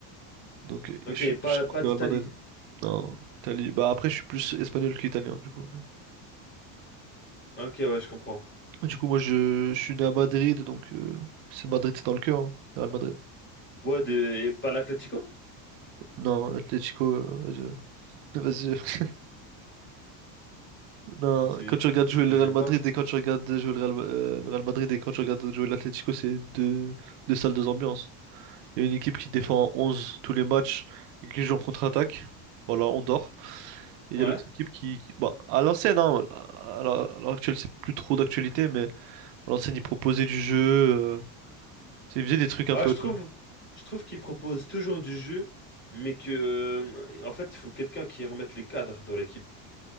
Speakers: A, on the right (about 80°); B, on the left (about 25°).
A: Donc euh,
B: Ok,
A: je,
B: pas,
A: je supporte
B: pas d'Italie.
A: le Real Madrid. Non, Italie. Bah après je suis plus espagnol qu'italien du coup.
B: Ok, ouais, je comprends.
A: Du coup moi je, je suis né à Madrid donc euh, c'est Madrid c'est dans le cœur, hein, le Real Madrid.
B: Ouais, de, et pas l'Atlético?
A: Non, l'Atlético euh, vas-y. <laughs> Vas-y. Non,
B: Ah, tu
A: quand tu regardes jouer le
B: les
A: Real
B: aimes
A: Madrid
B: pas?
A: et quand tu regardes jouer le Real, euh, le Real Madrid et quand tu regardes jouer l'Atlético c'est deux deux salles deux ambiances. Il y a une équipe qui défend à 11 tous les matchs et qui joue en contre-attaque. Voilà, on dort. Et il
B: Ouais.
A: y a l'autre équipe qui, qui- bah, à l'ancienne, hein, à à l'heure à l'heure actuelle, c'est plus trop d'actualité, mais à l'ancienne, ils proposaient du jeu. euh, ils faisaient des trucs un
B: Ah,
A: peu.
B: je trouve,
A: tu vois.
B: je trouve qu'ils proposent toujours du jeu, mais que, euh, en fait, il faut quelqu'un qui remette les cadres dans l'équipe.